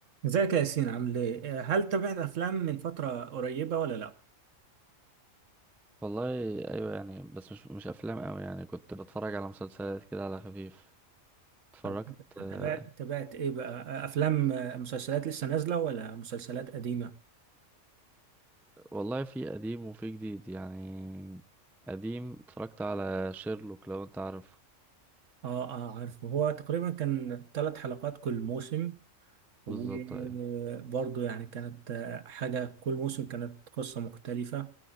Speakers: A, on the right; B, in the centre.
A: ازيك يا ياسين عامل ايه؟ آه، هل تابعت افلام من فترة قريبة ولا لا؟
B: والله ايوه يعني بس مش مش افلام قوي يعني كنت بتفرج على مسلسلات كده على خفيف اتفرجت
A: طب
B: آه،
A: تابعت تابعت ايه بقى؟ آه، افلام آه، مسلسلات لسه نازلة ولا مسلسلات قديمة؟
B: والله في قديم وفي جديد يعني قديم اتفرجت على شيرلوك لو انت عارفه
A: اه اه عارفه هو تقريبا كان ثلاث حلقات كل موسم وبرضه
B: بالظبط ايوه
A: يعني كانت حاجة كل موسم كانت قصة مختلفة